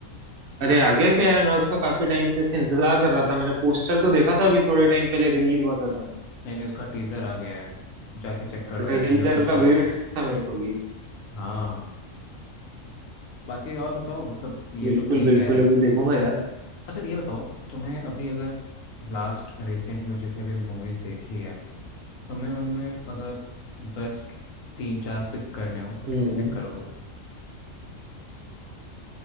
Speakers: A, on the right; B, on the left.
A: अरे आ गया क्या यार मैं उसका काफी टाइम से ऐसे इंतजार कर रहा था मैंने पोस्टर तो देखा था अभी थोड़े टाइम पहले रिलीज हुआ था
B: नहीं नहीं उसका टीजर आ गया है जाके चेक कर लो
A: ट्रेलर
B: यार यूट्यूब
A: का
B: पे होगा
A: वेट था मेरे को भी
B: हाँ बाकी और बताओ मतलब ये
A: बिल्कुल
B: तो ठीक
A: बिल्कुल
B: है
A: अभी देखूंगा यार
B: अच्छा ये बताओ तुम्हें अभी अगर लास्ट रिसेंट में जितने भी मूवीज देखी है तुम्हें उनमें अगर बेस्ट तीन चार पिक करने हो तो किसे
A: हम्म
B: पिक
A: हम्म।
B: करोगे